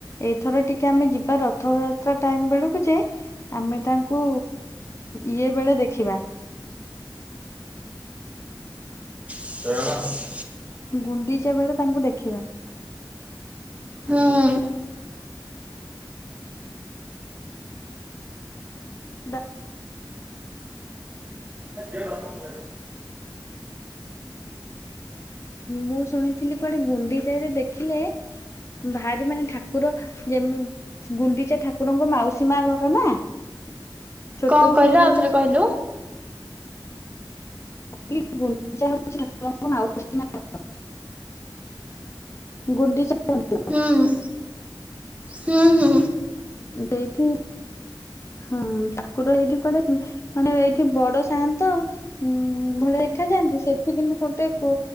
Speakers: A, on the left; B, on the right.
A: ଏଇଥର ଟିକେ ଆମେ ଯିବା ରଥଯାତ୍ରା ଟାଇମ ବେଳକୁ ଯେ ଆମେ ତାଙ୍କୁ ଇଏ ବେଳେ ଦେଖିବା।
B: <unintelligible>
A: ଗୁଣ୍ଡିଚା ବେଳେ ତାଙ୍କୁ ଦେଖିବା।
B: ହୁଁ।
A: ଦା
B: <unintelligible>
A: ମୁଁ ଶୁଣିଥିଲି କୁଆଡେ ଗୁଣ୍ଡିଚା ରେ ଦେଖିଲେ ଭାରି ମାନେ ଠାକୁର ଯେମି ଗୁଣ୍ଡିଚା ଠାକୁରଙ୍କ ମାଉସି ମା ଘର ନା। ଛୋଟ
B: କଁ କହିଲ
A: ଛୁଆ ଯେମିତି
B: ଆଉ ଥରେ କହିଲୁ?
A: ମୁଁ କହିଲି ଗୁଣ୍ଡିଚା ହୋଉଚି ଠାକୁର ଙ୍କ ମାଉସୀ ମା ମନ୍ଦିର। ଗୁଣ୍ଡିଚା ମନ୍ଦିର।
B: ହୁଁ। ହୁଁ ହୁଁ
A: ଦେଇଠି। ହୁଁ ଠାକୁର ଏଇଠି କୁଆଡେ ମାନେ ଏଇଠି ବଡ ସାଆନ୍ତ। ଉଁ ଭଳିଆ ଦେଖା ଯାଆନ୍ତି ସେ ଠୀ କିନ୍ତୁ ଗୋଟେ କ